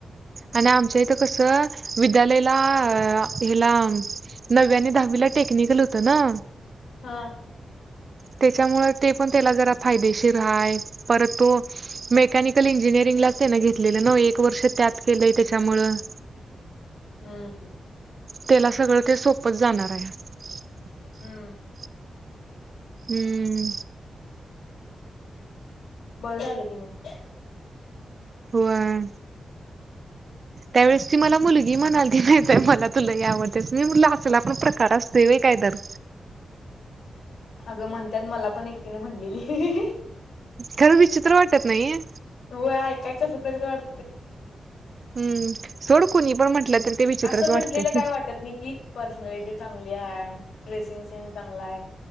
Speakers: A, on the right; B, on the left.
A: आणि आमच्या इथं कसं विद्यालयाला अ हिला नववी आणि दहावी ला टेक्निकल होतं ना
B: हा
A: त्याच्यामुळे ते पण त्याला जरा फायदेशीर हाय पर तो मेकनिकल इंजिनरंग घेतललं न्हवं एक वर्ष त्यात केलंय त्याच्यामुळे <inaudible>
B: हम्म
A: त्याला सगळं ते सोपच जाणार आहे <inaudible>
B: हम्म
A: हम्म
B: <inaudible> बरं झालं की मग.
A: <inaudible> व्हय. त्यावेेळेस ती मला मुलगी म्हणाली ती माहीत आहे मला तु लय आवडत्यास मी म्हटल असला पण प्रकार असतोय होय काय तरर
B: अगं म्हणतात मला पण एकटीने म्हणलेली
A: खरं विचित्र वाटत नाहीे
B: हो ऐकायं कस तरीच वाटतंय.
A: हम्म सोडकुणी पण म्हटलं तरी ते विचित्रच
B: असं म्हंटलेलं
A: वाटतंय
B: काय वाटत नाही की पर्सनॅलिटी चांगली हाय. ड्रेसिंग सेन्स चांगला आहे